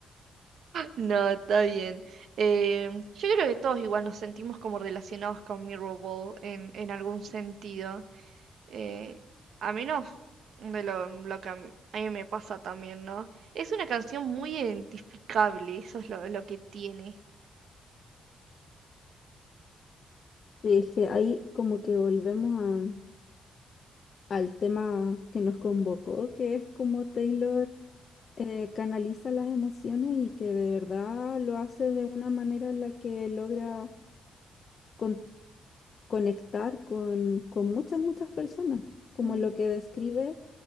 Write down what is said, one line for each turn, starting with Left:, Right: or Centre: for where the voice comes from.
Right: No, está bien. Em, yo creo que todos igual nos sentimos como relacionados con Mirrorball en, en algún sentido. Eh, a menos de lo, lo que a m- a mí me pasa también, ¿no? Es una canción muy identificable, eso es lo, lo que tiene.
Left: Sí, es que ahí como que volvemos a- al tema que nos convocó, que es como Taylor eh, canaliza las emociones y que de verdad lo hace de una manera en la que logra con- conectar con, con muchas, muchas personas, como
Right: Mm.
Left: lo que describe